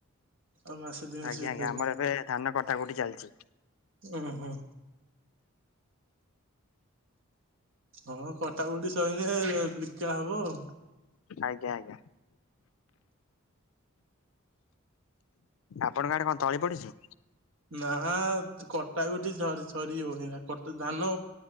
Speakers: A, on the right; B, on the left.
A: ଆଉ ମାସେ ଦି ମାସ
B: ଆଜ୍ଞା
A: ଭିତରେ
B: ଆଜ୍ଞା ଆମର ଏବେ ଧାନ କଟା କଟି ଚାଲିଛି।
A: ଉଁ- ହୁଁ। ହଁ କଟାକୁଟି ସଇଲେ ବିକା ହବ ଆଉ।
B: ଆଜ୍ଞା ଆଜ୍ଞା। ଆପଣଙ୍କ ଆଡେ କଣ ତଳି ପଡିଛି?
A: ନା କଟା ବି ଟିକେ ସରି ସରିଯିବ, ସେ ଅଇଁଛା ଧାନ